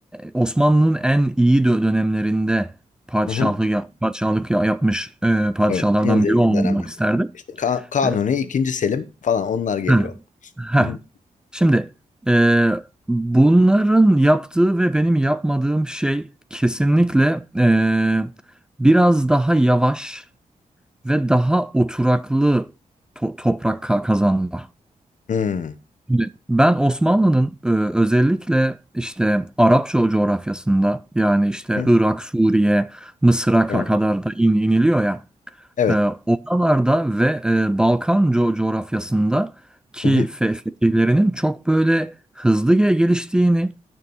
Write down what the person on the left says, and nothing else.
Hı hı.
Evet, en zengin
dönemlerde.
İşte Ka- Kanuni,
ikinci Selim falan onlar geliyor.
Hı hı.
Hmm.
Hı hı.
Evet.
Evet.
Hı hı.